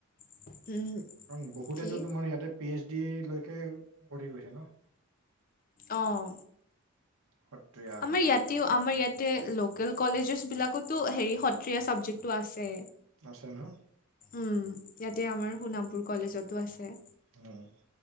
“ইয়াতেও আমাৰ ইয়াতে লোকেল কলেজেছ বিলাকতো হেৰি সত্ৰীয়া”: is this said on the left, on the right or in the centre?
Left